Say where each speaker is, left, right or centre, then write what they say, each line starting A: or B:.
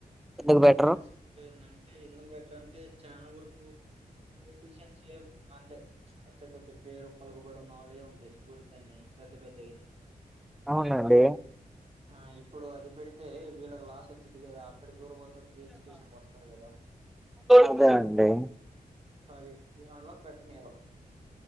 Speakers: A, in the centre; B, on the right (about 40°).
A: ఎందుకు
B: నాకు
A: పెట్టరు
B: తెలిసినందంటే ఎందుకు బెటర్ అంటే చానా వరకు పోలిటిషయన్స్ సీఎం అంతే అంటే కొంచెం పేరు పలుకబడి ఉన్న వాళ్ళే ఉంటాయి స్కూల్స్ అన్ని పెద్ద పెద్దవి
A: అవునండి
B: ఆ ఇప్పుడు అది పెడితే వీళ్ళకి లాస్ వచ్చిది కదా అక్కడికి ఎవరు పోతరూ ఫ్రీ ఎడ్యుకేషన్ కోసం తర్గదా
A: అదే అండి
B: అది ఇగలా పెట్టనీయరు